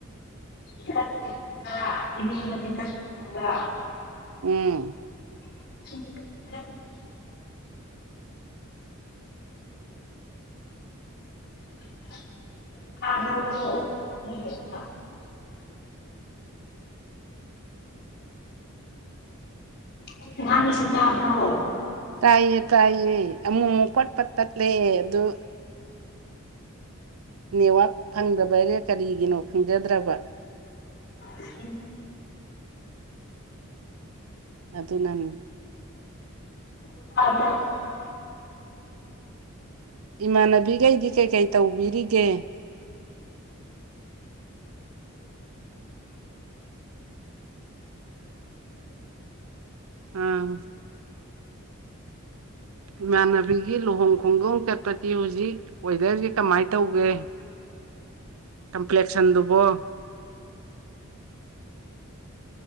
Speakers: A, on the left; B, on the right.
A: ꯏ ꯆꯠꯕ
B: ꯎꯝ
A: <inaudible>
B: <inaudible>
A: <inaudible> ꯑꯩ ꯉꯥꯟ ꯁꯤꯠꯇꯕ꯭ꯔꯣ
B: ꯇꯥꯏꯌꯦ ꯇꯥꯏꯌꯦ ꯑꯃꯨꯛ ꯑꯃꯨꯛ ꯄꯠꯄꯠ ꯇꯠꯂꯦ ꯑꯗꯨ ꯅꯦꯋꯥꯛ ꯐꯪꯗꯕꯔꯦ ꯀꯔꯤꯒꯤꯅꯣ ꯈꯪꯖꯗ꯭ꯔꯕ
A: ꯎꯝ
B: ꯑꯗꯨ ꯑꯗꯨ ꯅꯅꯤ
A: <unintelligible>
B: ꯏꯃꯥꯟꯅꯕꯤꯈꯩꯗꯤ ꯀꯩꯀꯩ ꯇꯧꯕꯤꯔꯤꯒꯦ ꯑꯥ ꯏꯃꯥꯟꯅꯕꯤꯒꯤ ꯂꯨꯍꯣꯡ ꯈꯣꯡꯗꯣꯡ ꯆꯠꯄꯗꯤ ꯍꯧꯖꯤꯛ ꯋꯦꯗꯔꯁꯤ ꯀꯃꯥꯏꯅ ꯇꯧꯒꯦ ꯀꯝꯄ꯭ꯂꯦꯛꯁꯟꯗꯨꯕꯣ